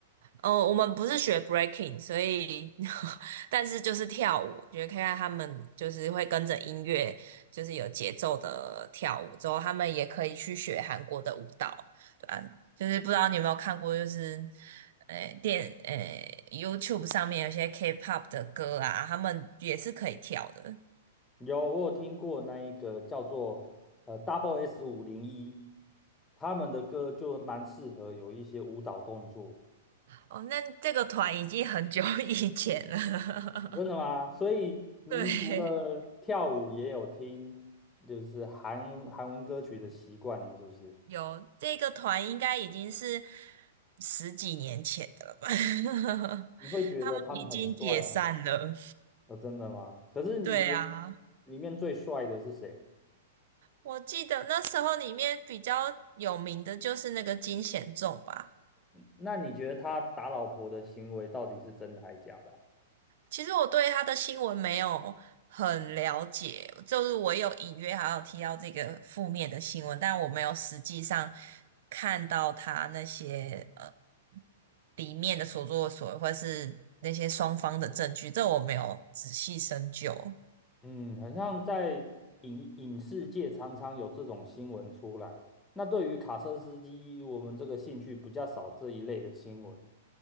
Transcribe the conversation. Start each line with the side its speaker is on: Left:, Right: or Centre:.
Right: 哦，我们不是学 breaking，所以 <laughs> 但是就是跳舞，觉得看看他们就是会跟着音乐，就是有节奏的跳舞，之后他们也可以去学韩国的舞蹈，对啊，就是不知道你有没有看过，就是呃电呃 YouTube 上面有些 K-pop 的歌啊，他们也是可以跳的。
Left: 有，我有听过那一个叫做呃 Double S 五零一，他们的歌就蛮适合有一些舞蹈动作。
Right: 哦，那这个团已经很久以前了，
Left: 真的吗？所以您除了跳舞，
Right: <laughs> 对。
Left: 也有听就是韩韩文歌曲的习惯了，是不是？
Right: 有这个团应该已经是十几年前的了吧？<laughs>
Left: 你会觉得他们很帅吗？
Right: 他们已经解散了。
Left: 哦，真的吗？可是你觉得
Right: 对啊，
Left: 里面最帅的是谁？
Right: 我记得那时候里面比较有名的就是那个金贤重吧。
Left: 那你觉得他打老婆的行为到底是真的还假的啊
Right: 其实我对他的新闻没有很了解，就是我有隐约好像有提到这个负面的新闻，但我没有实际上看到他那些。呃里面的所作所为，或者是那些双方的证据，这我没有仔细深究。
Left: 嗯，很像在影影视界常常有这种新闻出来。那对于卡车司机，我们这个兴趣比较少这一类的新闻，